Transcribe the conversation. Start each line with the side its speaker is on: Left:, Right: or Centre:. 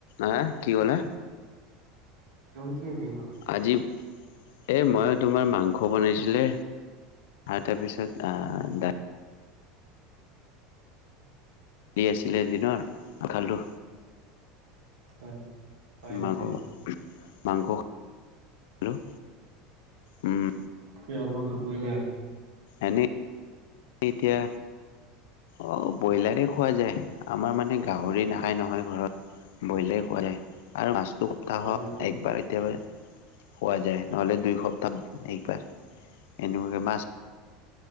Left: আ কি ক'লা?
Right: তুমি কিহে দি খালা?
Left: আজি এই মইয়ো তোমাৰ মাংস বনাইছিলে। আৰু তাৰ পিছত আহ দা আছিলে দিনৰ, খালো
Right: হয় হয় নেকি
Left: মাংস ভাত। মাংস। খালোঁ। উম
Right: কিহৰ মাংস, বইলাৰ?
Left: এনেই এতিয়া অ' ব্ৰইলাৰে খোৱা যায়, আমাৰ মানে গাহৰি নাখায় নহয় ঘৰত। ব্ৰইলাৰে খোৱা যায় আৰু মাছটো সপ্তাহত
Right: হয় নেকি
Left: একবাৰে কেতিয়াবা খোৱা যায়, নহ'লে দুই সপ্তাহত একবাৰ এনেকুৱাকে মাছ